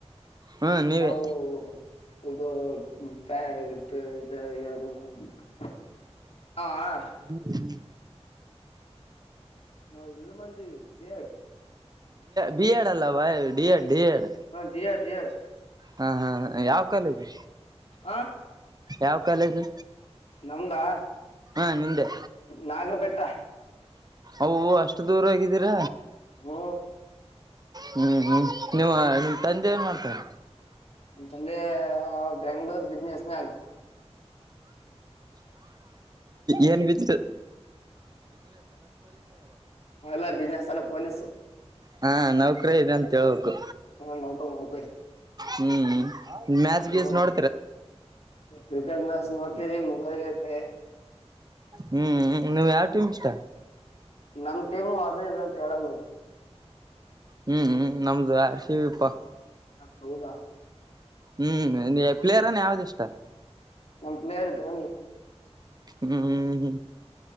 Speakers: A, on the right; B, on the left.
A: ಹ್ಮ್ ನೀವೇ
B: ನಾವು <unintelligible> <unintelligible>
A: <unintelligible>
B: ನಾವು ಇದು ಮಾಡಿದ್ದೀವಿ ಬಿ ಎಡ್
A: ಬಿ ಎಡ್ ಅಲ್ಲವ D Ed D Ed
B: D Ed, D Ed
A: ಹಾ ಹಾ ಯಾವ ಕಾಲೇಜು
B: ಹಾ
A: ಯಾವ ಕಾಲೇಜು.
B: ನಮ್ದಾ
A: ಹಾ ನಿಂದೆ
B: ನಾಗರ ಬೆೆಟ್ಟ.
A: ಅವು ಅಷ್ಟು ದೂರ ಹೋಗಿದೇರ.
B: ಹು.
A: ಹ್ಮ್ ಹ್ಮ್ ನಿಮ್ಮ ನಿಮ್ಮ್ ತಂದೆ ಏನ್ ಮಾಡ್ತಾರೆ.
B: ನಮ್ಮ ತಂದೆ ಬೆಂಗಳೂರು ಬಿಸ್ನೆಸ್ ಮ್ಯಾನ್.
A: ಏನ್ ಬಿಸ್
B: ಅಲ್ಲ ಬಿಸ್ನಸ್ ಅಲ್ಲ ಪೊಲೀಸ್.
A: ಹಾ ನೌಕರ ಇದೆ ಅಂತ ಹೇಳಬೇಕು.
B: <unintelligible>
A: ಹ್ಮ್ ಮ್ಯಾಚ್
B: ಹ್ಮ್
A: ಗೀಸ್ ನೋಡ
B: ಕ್ರಿಕೆಟ್ ಮ್ಯಾಚ್ ನೋಡ್ತೀರಿ ಮುಗಿದುಹೊಗೈತೆ
A: ಹ್ಮ್ ನೀವ್ ಯಾವ ಟೀಮ್ ಇಷ್ಟ.
B: ನಮ್ ಟೀಮು ಅದು ಇದು ಅಂತ ಹೇಳಲ್ಲ.
A: ಹ್ಮ್ ಹ್ಮ್ ನಮ್ದು ಆರ್ ಸಿ ಬಿ ಪಾ
B: ಹ ಹೌದಾ
A: ಹ್ಮ್ ಪ್ಲೇಯರ್ ಯಾವ್ದ ಇಷ್ಟ
B: ನಮ್ಮ್ ಪ್ಲೇಯರ್ ಧೋನಿ.
A: ಹ್ಮ್ ಹ್ಮ್ ಹ್ಮ್